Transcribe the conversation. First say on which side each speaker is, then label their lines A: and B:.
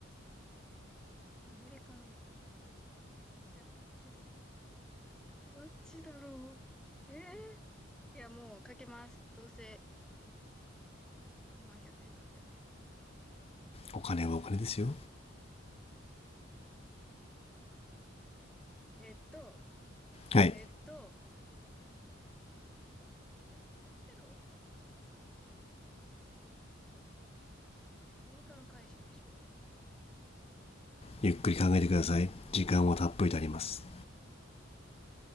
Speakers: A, in the centre; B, on the left.
A: メリカのオセロです。どっちだろうえー、いや、もうかけます。どうせ4万100円なんで。
B: お金はお金ですよ。
A: えーっと、
B: はい。
A: えーっと、オセロ。オセロチェス。アメリカの会社でしょ
B: ゆっくり考えてください。時間はたっぷりとあります。